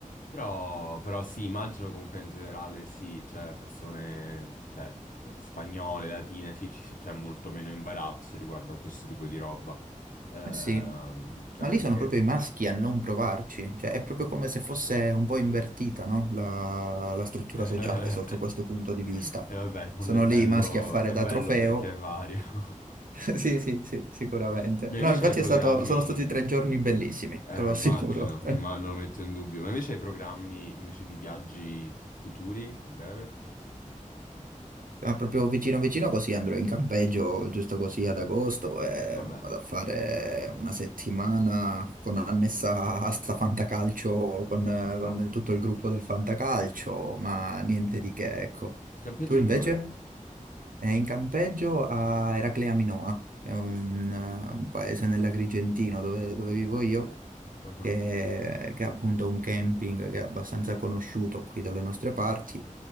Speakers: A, on the left (about 75°); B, on the right (about 85°).
A: Però, però sì, immagino comunque in generale sì, c'è persone, cioè eh, spagnole, latine, sì, ci- c'è molto meno imbarazzo riguardo a questo tipo di roba. Ehm,
B: Eh sì,
A: cioè
B: ma
A: anche...
B: lì sono proprio i maschi a non provarci, cioè è proprio come se fosse un po' invertita, no? La, la struttura
A: <laughs>
B: sociale sotto questo punto di vista.
A: E vabbè, il mondo
B: Sono
A: è bello,
B: lì i maschi a fare
A: è
B: da
A: bello
B: trofeo.
A: perché è vario. <laughs>
B: <laughs> Sì, sì, sì, sicuramente.
A: Ma invece
B: No, infatti
A: hai programmi...
B: è stato- sono stati tre giorni bellissimi,
A: Eh
B: te
A: no,
B: lo
A: immagino,
B: assicuro. <laughs>
A: imma- non lo metto in dubbio. Ma invece hai programmi invece di viaggi futuri a breve?
B: Ah, proprio vicino vicino così andrò in campeggio giusto così ad agosto e
A: Vabbè,
B: vado a fare una
A: com-
B: settimana con annessa a sta fantacalcio con,
A: ci sta.
B: con tutto il gruppo del fantacalcio, ma niente di che, ecco.
A: Campeggio
B: Tu invece?
A: dove?
B: È in campeggio a Eraclea Minoa, è un, eh, un paese nell'Agrigentino dove, dove vivo io
A: Ah,
B: che è, che è appunto un camping che è abbastanza conosciuto qui dalle nostre parti.